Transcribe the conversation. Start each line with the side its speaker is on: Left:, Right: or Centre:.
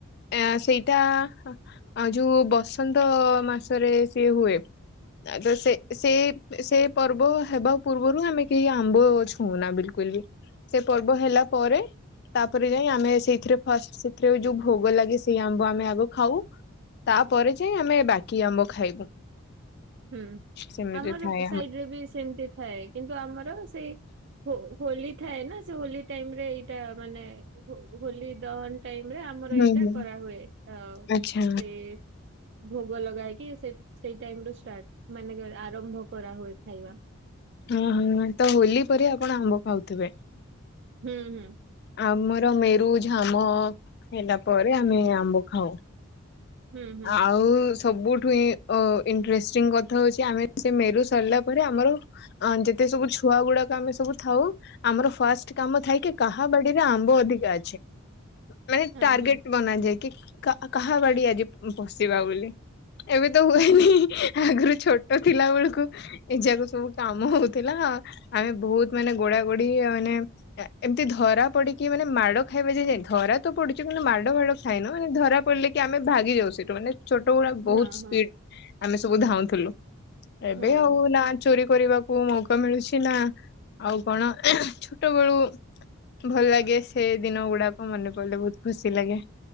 Left: ଏଁ ସେଇଟା ଆଉ ଯୋଉ ବସନ୍ତ ମାସରେ ସିଏ ହୁଏ। ଆଇଦର ସେ ସେ ସେ ପର୍ବ ହେବା ପୂର୍ବରୁ ଆମେ କେହି ଆମ୍ବ ଛୁଉଁନା ବିଲକୁଲ ବି ସେ ପର୍ବ ହେଲା ପରେ ତାପରେ ଯାଇଁ ଆମେ ସେଇଥିରେ ଫାଷ୍ଟ ସେଥିରେ ଯୋଉ ଭୋଗ ଲାଗେ ସେଇ ଆମ୍ବ ଆମେ ଆଗ ଖାଉ। ତାପରେ ଯାଇଁ ଆମେ ବାକି ଆମ୍ବ ଖାଇବୁ।
Right: ହୁଁ
Left: ସେମିତି
Right: ଆମର
Left: ଥାଏ
Right: ସାଇଡ ରେ ବି ସେମିତି ଥାଏ କିନ୍ତୁ ଆମର ସେଇ ହୁ ହୋଲି ଥାଏ ନା ସେ ହୋଲି ଟାଇମ ରେ ଏଇଟା ମାନେ ହୋଲି ଦହନ ଟାଇମି ରେ ଆମର
Left: ହୁଁ
Right: ଏଇଟା
Left: ହୁଁ।
Right: କରାହୁଏ ଆଉ ସେ
Left: ଆଚ୍ଛା
Right: ଭୋଗ ଲଗାଇକି ସେ ସେଇ ଟାଇମ ରୁ ଷ୍ଟାର୍ଟ ମାନେ ଆରମ୍ଭ କରା ହୁଏ ଖାଇବା।
Left: ହଁ ହଁ ତ ହୋଲି ପରେ ଆପଣ ଆମ୍ବ ଖାଉଥିବେ?
Right: ହୁଁ ହୁଁ।
Left: ଆମର ମେରୁ ଝାମ ହେଲା ପରେ ଆମେ ଆମ୍ବ ଖାଉ।
Right: ହୁଁ ହୁଁ
Left: ଆଉ ସବୁଠୁିଁ ଅ ଏଣ୍ଟରେଷ୍ଟି କଥା ହୋଉଚି ଆମେ ସେ ମେରୁ ସରିଲା ପରେ ଆମର ଅ ଯେତେ ସବୁ ଛୁଆ ଗୁଡାକ ଆମେ ସବୁ ଥାଉ ଆମର ଫାଷ୍ଟ କାମ ଥାଏ କି କାହା ବାଡିରେ ଆମ୍ବ ଅଧିକା ଅଛି ମାନେ
Right: ହଁ
Left: ଟାର୍ଗେଟ
Right: ହଁ।
Left: ବନାଯାଏ କି କାହା କାହା ବାଡି ଆଜି ପସିବା ବୋଲି ଏବେ ତ ହୁଏନି। ଆଗରୁ ଛୋଟ ଥିଲା ବେଳକୁ ଏ ଯାକ ସବୁ କାମ ହୋଉଥିଲା ଆମେ ବୋହୁତ ମାନେ ଗୋଡା ଗୋଡି ଆଉ ମାନେ ଏମିତି ଧରା ପଡିକି ମାନେ ମାଡ଼ ଖାଇବା ଯ ଯାଇ ଧରା ତ ପଡୁଛି କିନ୍ତୁ ମାଡ ଫାଡ ଖାଇନୁ ମାନେ ଧରା ପଡିଲେ କି ଆମେ ଭାଗି ଯାଉ ସେଠୁ ମାନେ। ଛୋଟ ଗୁଡା
Right: ହଁ
Left: ବୋହୁତ ସ୍ପିଡ
Right: ହଁ
Left: ଆମେ ସବୁ ଧାଉଁଥିଲୁ ଏବେ
Right: ହଁ
Left: ଆଉ ନା ଚୋରି କରିବାକୁ ମୌକା ମିଳୁଛି ନା ଆଉ କଣ ଛୋଟ ବେଳୁ ଭଲ ଲାଗେ ସେ ଦିନ ଗୁଡାକ ମନେ ପଡିଲେ ବୋହୁତ ଖୁସି ଲାଗେ।